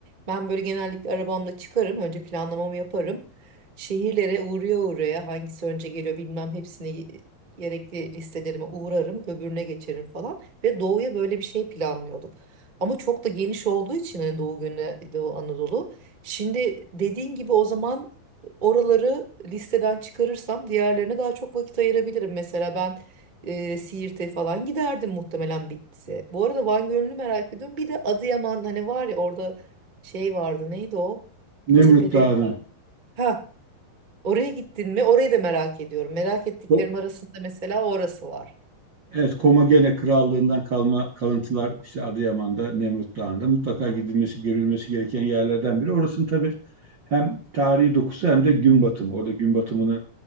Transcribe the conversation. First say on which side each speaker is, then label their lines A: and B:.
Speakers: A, on the right (about 45°); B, on the right (about 75°).
A: ben böyle genellikle arabamla çıkarım önce planlamamı yaparım şehirlere uğraya uğraya hangisi önce geliyor bilmem hepsini gerekli listelerime uğrarım öbürüne geçerim falan ve doğuya böyle bir şey planlıyordum ama çok da geniş olduğu için hani doğu günü Doğu Anadolu şimdi dediğin gibi o zaman oraları listeden çıkarırsam diğerlerine daha çok vakit ayırabilirim mesela ben e, Siirt'e falan giderdim muhtemelen bitse. Bu arada Van Gölü'nü merak ediyorum. Bir de Adıyaman hani var ya orada şey vardı neydi o?
B: Nemrut
A: Bir tepeleri
B: Dağı'nı.
A: var. Ha oraya gittin mi? Orayı da merak ediyorum. Merak ettiklerim
B: O,
A: arasında mesela orası var.
B: evet Komagene Krallığından kalma kalıntılar işte Adıyaman'da, Nemrut Dağı'nda mutlaka gidilmesi, görülmesi gereken yerlerden biri. Orasının tabii hem tarihi dokusu hem de gün batımı. Orada gün batımını